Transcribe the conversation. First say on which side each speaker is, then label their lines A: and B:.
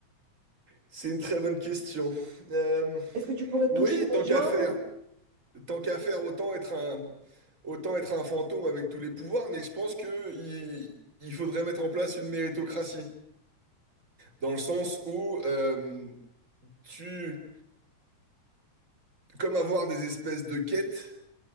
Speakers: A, on the right; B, on the right.
A: C'est une très bonne question. Euh,
B: Est-ce que tu pourrais
A: oui,
B: toucher les
A: tant qu'à
B: gens?
A: faire. Tant qu'à faire, autant être un, autant être un fantôme avec tous les pouvoirs, mais je pense que il, il faudrait mettre en place une méritocratie. Dans le sens où euh, tu. Comme avoir des espèces de quêtes